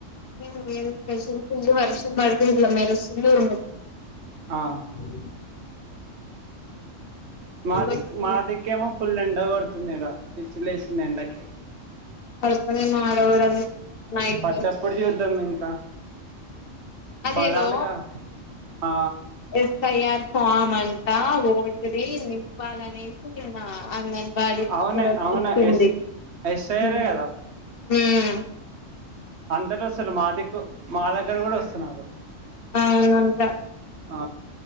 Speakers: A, on the left (about 50°); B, on the right (about 60°).
A: <unintelligible> స్పెషల్ ఫుల్లు వర్షం పడుతే ఇట్ల మెరుస్తుంది ఉరుముతుంది అ
B: ఆ, మాదిక్
A: వస్తున్నాయి
B: మాదిక్కేమో ఫుల్ ఎండ కొడుతుంది ఈడ పిచ్చి లేస్తుంది ఎండ కి
A: పడుకోనేమో ఆడవడం నైట్
B: పడ్డప్పుడు చూద్దాం ఇంకా
A: అదేదో
B: పడాలిగా ఆ,
A: ఏ తయర్ ఫామ్ అంటా ఓటిరి నింపాలనేసి నిన్న అంగన్వాడి టీచర్
B: అవునే
A: వచ్చి
B: అవునా
A: ఇచ్చింది
B: ఎస్ ఎస్ఐఆర్
A: మ్మ్
B: కదా
A: మ్మ్
B: అంతటి వస్తారు మాదిక్ మాదగ్గర కూడా వస్తున్నారు
A: అవునంట
B: ఆ